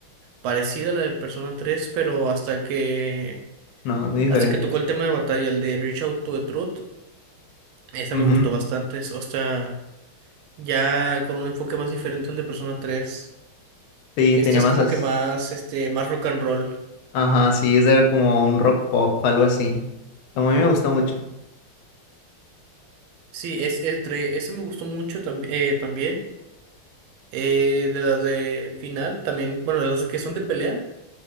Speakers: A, on the right (about 80°); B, on the left (about 80°).
A: parecida a la del Persona 3, pero hasta que,
B: No, es muy diferente.
A: hasta que tocó el tema de batalla, el de Reach Out to the Truth, esa
B: Ujú,
A: me gustó bastante, es- o sea, ya con un enfoque más diferente al de Persona 3,
B: Sí,
A: esta
B: tenía
A: es
B: masas.
A: como que más, este, más rock and roll.
B: Ajá, sí, es de como un rock pop, algo así. Como a mí me gusta mucho.
A: Sí, es entre, esa me gustó mucho tam- eh, también, eh, de las del final, también, bueno, de las que son de pelea.